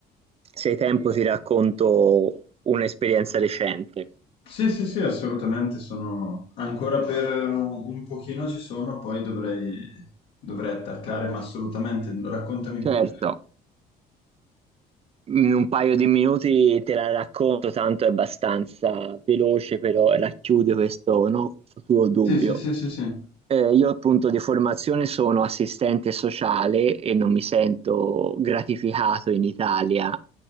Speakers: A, on the right; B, on the left.
A: se hai tempo, ti racconto un'esperienza recente.
B: Sì, sì, sì, assolutamente sono ancora per eh, un un pochino ci sono, poi dovrei, dovrei attaccare, ma assolutamente, raccontami
A: Certo,
B: pure.
A: in un paio di minuti te la racconto, tanto è abbastanza veloce, però racchiude questo, no, questo tuo dubbio.
B: Sì, sì, sì, sì, sì.
A: Eh, io appunto di formazione sono assistente sociale e non mi sento gratificato in Italia,